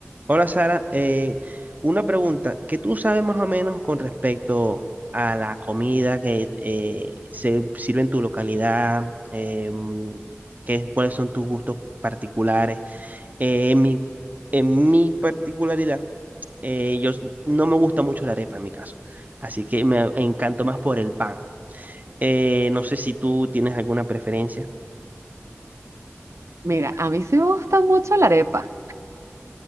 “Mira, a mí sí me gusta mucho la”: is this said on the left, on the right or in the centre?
Right